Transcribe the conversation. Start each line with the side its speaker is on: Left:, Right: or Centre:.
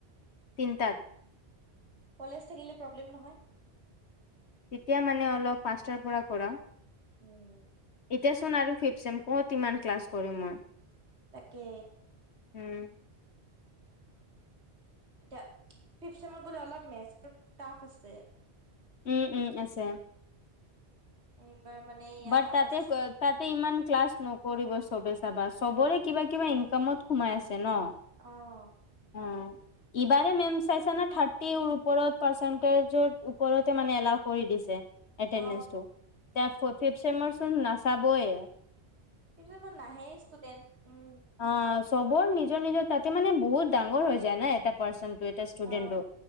Left: তিনিটাত।
Right: কলেজ থাকিলে প্ৰব্লেম নহয়।
Left: তেতিয়া মানে অলপ পাঁচটাৰ পৰা কৰা।
Right: উম।
Left: এতিয়াচোন আৰু ফিফ চেম কত ইমান ক্লাছ কৰিম মই।
Right: তাকে।
Left: উম।
Right: এটা ফিফ ছেমৰ পৰা অলপ মেছটো টাফ আছে।
Left: উম, উম, আছে।
Right: এইবাৰ মানে এইয়া
Left: বাত
Right: আমাৰ
Left: তাতে ক তাতে ইমান ক্লাছ নকৰিব চবে চাবা, চবৰে কিবা, কিবা ইনকামত সোমাই আছে ন'?
Right: অ,
Left: অ ইবাৰে মেম চাইচা নে, থাৰ্টিৰ ওপৰত পাৰ্চেন্তেজৰ ওপৰতে মানে এলাও কৰি দিছে। এটেনদেন্সটো,
Right: অ
Left: এতিয়া ফৰ্থ ফিফ চেমৰ চোন নাচাবই।
Right: ফিফথ চেমত নাহেই ষ্টুডেন্ট, উম।
Left: অঁ, চবৰ নিজৰ নিজৰ তাতে মানে বহুত ডাঙৰ হৈ যায় নাই এটাত পাৰ্চেণ্টটো এতিয়া ষ্টুডেণ্টো,
Right: অ